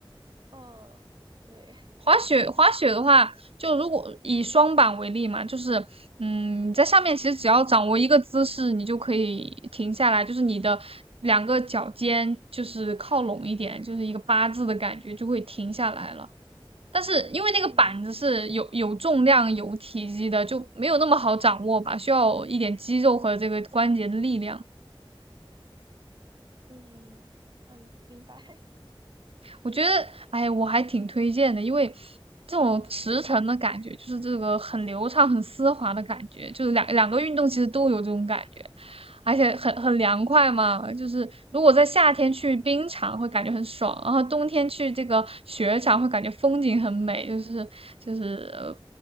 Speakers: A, on the right; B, on the right.
A: 呃，对，
B: 滑雪，滑雪的话，就如果以双板为例嘛，就是，嗯，你在上面其实只要掌握一个姿势，你就可以停下来，就是你的两个脚尖就是靠拢一点，就是一个八字的感觉，就会停下来了。但是因为那个板子是有有重量、
A: 嗯
B: 有体积的，就没有那么好掌握吧，需要一点肌肉和这个关节的力量。
A: 嗯嗯，明白，
B: 我觉得，哎，我还挺推荐的，因为这种驰骋的感觉，就是这个很流畅、很丝滑的感觉，就是两两个运动其实都有这种感觉，而且很很凉快嘛。就是如果在夏天去冰场会感觉很爽，然后冬天去这个雪场会感觉风景很美，就是就是呃